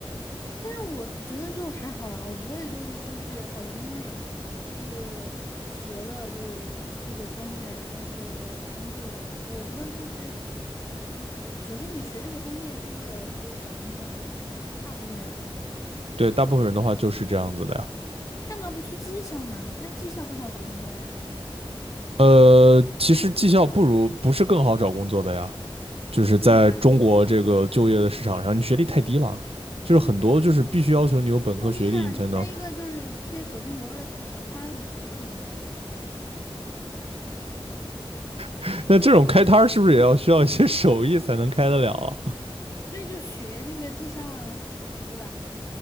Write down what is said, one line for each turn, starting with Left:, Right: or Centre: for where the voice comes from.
Left: 但是我觉得就还好啊，我不会就是说是哦，因为就是学了就是这个专业，然后说工作的问题。我觉得就是，嗯，首先你学这个专业是为了就是找工作吗？大部分人的话。
Right: <laughs> 对，大部分人的话就是这样子的呀。
Left: 那干嘛不去技校呢？那技校更好找工作呀？
Right: 呃，其实技校不如不是更好找工作的呀，就是在中国这个就业的市场上，
Left: 为啥？
Right: 你学历太低了，就是很多就是必须要求你有本科学历你才能。
Left: 创业啊，你开一个就是贴手机膜儿的摊小摊儿不不可以吗？
Right: <laughs> 那这种开摊儿是不是也要需要一些手艺才能开得了啊？
Left: 所以就学那个技校啊，对吧？